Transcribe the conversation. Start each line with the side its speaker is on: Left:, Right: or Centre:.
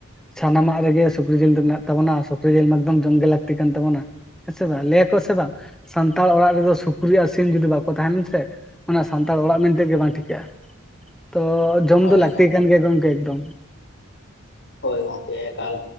Centre: ᱥᱟᱱᱟᱢᱟᱜ ᱨᱮᱜᱮ ᱥᱩᱠᱨᱤ ᱡᱤᱞ ᱫᱚ ᱢᱮᱱᱟᱜ ᱛᱟᱵᱚᱱᱟ ᱥᱩᱠᱨᱤ ᱡᱤᱞ ᱮᱠᱫᱚᱢ ᱡᱚᱢ ᱜᱮ ᱞᱟᱹᱠᱛᱤ ᱠᱟᱱ ᱛᱟᱵᱚᱱᱟ᱾ ᱦᱮᱸ ᱥᱮ ᱵᱟᱝ ᱞᱟᱹᱭᱟᱠᱚ ᱥᱮ ᱵᱟᱝ ᱥᱟᱱᱛᱟᱲ ᱚᱲᱟᱜ ᱨᱮᱫᱚ ᱥᱩᱠᱨᱤ ᱟᱨ ᱥᱤᱢ ᱡᱩᱫᱤ ᱵᱟᱠᱚ ᱛᱟᱦᱮᱱ ᱥᱮ ᱚᱱᱟ ᱥᱟᱱᱛᱟᱲ ᱚᱲᱟᱜ ᱢᱮᱱᱛᱮ ᱜᱮ ᱵᱟᱝ ᱴᱷᱤᱠᱟᱹᱜᱼᱟ, ᱛᱚ ᱡᱚᱢ
Left: ᱦᱳᱭ
Centre: ᱫᱚ ᱞᱟᱹᱠᱛᱤ
Left: ᱜᱚᱢᱠᱮ
Centre: ᱠᱟᱱ ᱜᱮᱭᱟ ᱜᱚᱢᱠᱮ ᱮᱠᱫᱚᱢ᱾
Left: ᱦᱳᱭ ᱜᱚᱢᱠᱮ ᱮᱠᱟᱞ